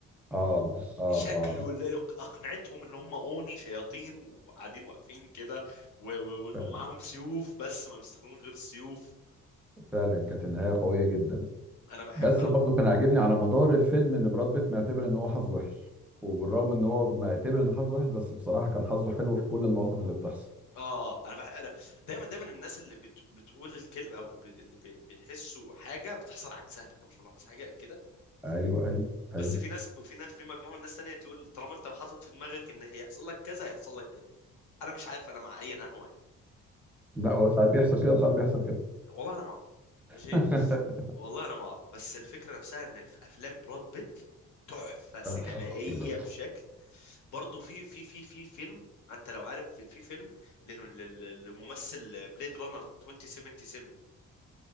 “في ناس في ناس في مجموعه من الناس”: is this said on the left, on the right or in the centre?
Left